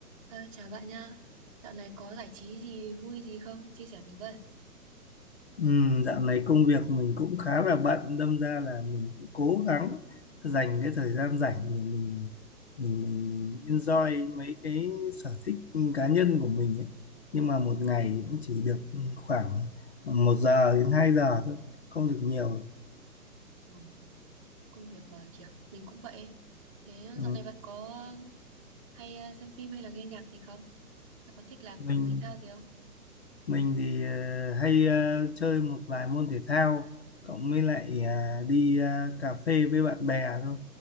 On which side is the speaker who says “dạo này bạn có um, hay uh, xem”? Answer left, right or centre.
Right